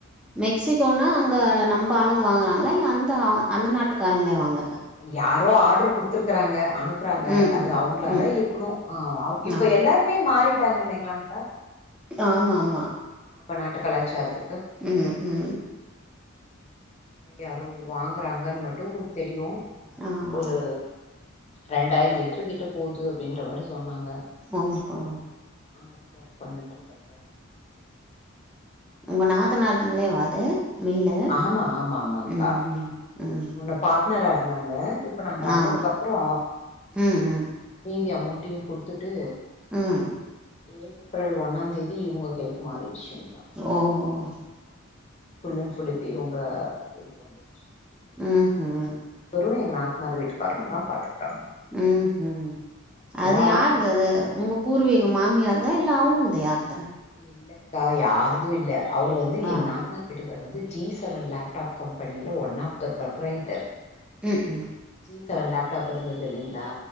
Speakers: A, in the centre; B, on the left (about 35°).
A: மெக்சிகோனா அங்கே நம்ப ஆளுங்க வாங்குறாங்களா இல்ல அந்த அந்த நாட்டுக்கருங்களே வாங்குற்தா
B: யாரோ ஆர்டர் கொடுத்துருக்கறாங்க அனுப் றாங்க
A: ம்
B: அது
A: ம்
B: அவங்கள
A: ம்
B: தான் இருக்கணு இப்ப
A: ஆ
B: எல்லாருமே மாறிட்டாங்க இல்லைங்களா அங்க
A: ஆமா ஆமா
B: நம்ப நாட்டு கலாச்சாரத்துக்கு
A: ம் ம்
B: யாரோ வாங்குறாங்கன்னு மட்டு தெரியும்
A: ஆ
B: ஒரு
A: ஆ
B: ரெண்டாயிர லிட்டர் கிட்ட போது அப்டின்ற மாரி சொன்னாங்க
A: ஓ ஹோ
B: அது பேக் பண்ணிட்டுருக்கறதா
A: உங்க நாத்தநார்துங்களே வா அது மில்லு
B: ஆமா ஆமா ஆமாங்க்கா
A: ம் ம் ம்
B: முன்ன பார்ட்னரா இருந்தாங்க இப்ப நாங்க வந்ததுக்கு
A: ஆமா
B: அப்றோ
A: ம் ம்
B: மீதி அமௌண்ட்டையும் கொடுத்துட்டு
A: ம்
B: ஏப்ரல் ஒன்ந்தேதி இவங்க கைக்கு மாறிடுச்சுங்க
A: ஓ ஓ
B: ஃபுல்லன் ஃபுல் இப்ப இவங்க இதுக்கு வந்துருச்சு
A: ம் ம்
B: வெரு எங் நாத்தனார் வீட்டுக்காரரு தான் பாத்துக்குறாங்க
A: ம் ம் அது
B: வேலையு
A: யாருது அது உங்க பூர்வீகம் மாமியார் தா இல்ல அவங்கள்து யருந்தலா
B: இல்லக்கா யார்தும் இல்ல அவரு வந்து
A: ஆ
B: என் நாத்தனார் வீட்டு அவரு வந்து ஜி செவன் லேப்டாப் கம்பெனியில ஒன் ஆஃப் த பிரபரைட்டர்
A: ம் ம்
B: ஜி செவன் லேப்டாப் இருந்தது இல்லைங்களா